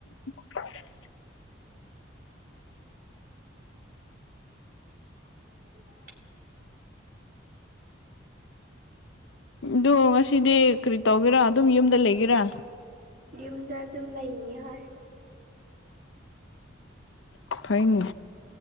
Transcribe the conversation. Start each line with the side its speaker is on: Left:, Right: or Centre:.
Left: <inaudible>
Right: <inaudible>
Left: ꯑꯗꯣ ꯉꯁꯤꯗꯤ ꯀꯔꯤ ꯇꯧꯒꯦꯔꯥ ꯑꯗꯨꯝ ꯌꯨꯝꯗ ꯂꯩꯒꯦꯔꯥ
Right: ꯌꯨꯝꯗ ꯑꯗꯨꯝ ꯂꯩꯅꯤ ꯍꯣꯏ
Left: ꯑꯣ ꯐꯩꯅꯦ